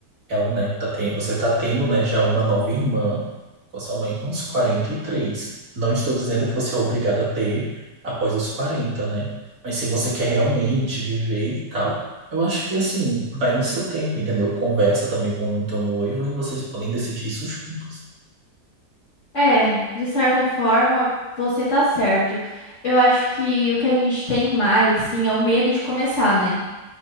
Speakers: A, on the right; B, on the left.
A: Ela, né, tá ten- você tá tendo, né, já uma nova irmã com a sua mãe com uns quarenta e três Não estou dizendo que você é obrigado a ter após os quarenta né? Mas se você quer realmente viver e tal, eu acho que, assim, vai no seu tempo, entendeu? Conversa também com o teu noivo e vocês podem decidir isso juntos.
B: É, de certa forma, você tá certo. Eu acho que o que a gente tem mais, assim, é o medo de começar, né?